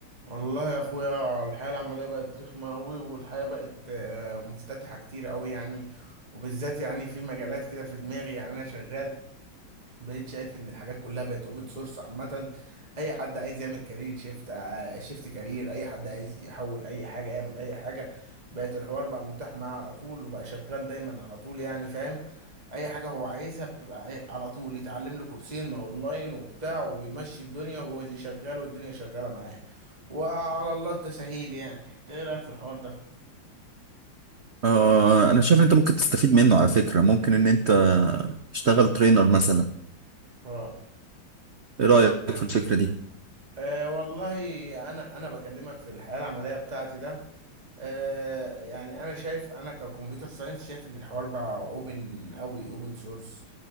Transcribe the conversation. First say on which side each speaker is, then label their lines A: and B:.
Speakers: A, on the right; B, on the right.
A: والله يا اخويا الحياه العمليه بقت رخمه قوي والحياه بقت آه، مفتتحه كتير قوي يعني وبالذات يعني في مجالات كده في دماغي يعني انا شغال بقيت شايف ان الحاجات كلها بقت اوبن سورس عامه اي حد عايز يعمل كارير شيفت آه، شيفت كارير اي حد عايز يحول اي حاجه يعمل اي حاجه بقت الحوار بقى متاح معاه على طول وبقى شغال دايما على طول يعني فاهم اي حاجه هو عايزها بتبقى ايه على طول يتعلم له كورسين ما اونلاين وبتاع وبيمشي الدنيا وهو زي شغال والدنيا شغاله معاه وعلى الله التسهيل يعني إنت ايه رايك في الحوار ده
B: آه انا شايف ان انت ممكن تستفيد منه على فكرة ممكن ان انت تشتغل ترينر مثلا
A: اه
B: ايه رأيك في الفكرة دي
A: آه، والله انا انا بكلمك في الحياه العمليه بتاعتي ده آه يعني انا شايف انا ككمبيوتر ساينس شايف ان الحوار بقى اوبن قوي اوبن سورس